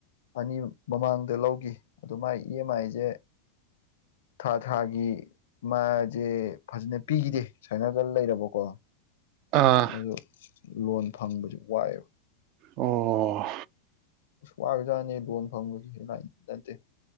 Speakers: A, on the left; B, on the right.
A: ꯑꯅꯤ ꯃꯃꯥꯡꯗ ꯂꯧꯈꯤ ꯑꯗꯨ ꯃꯥꯒꯤ ꯏ ꯑꯦꯝ ꯑꯥꯏꯁꯦ ꯊꯥ ꯊꯥꯒꯤ ꯃꯥꯁꯦ ꯐꯖꯅ ꯄꯤꯈꯤꯗꯦ ꯁꯨꯃꯥꯏꯅꯒ ꯂꯩꯔꯕꯀꯣ
B: ꯑꯥ
A: ꯑꯗꯨ ꯂꯣꯟ ꯐꯪꯕꯁꯨ ꯋꯥꯏꯑꯦꯕ
B: ꯑꯣ ꯑꯣ
A: ꯋꯥꯈ꯭ꯔꯖꯥꯠꯅꯤ ꯂꯣꯟ ꯐꯪꯕꯁꯦ ꯑꯂꯥꯏꯕ ꯅꯠꯇꯦ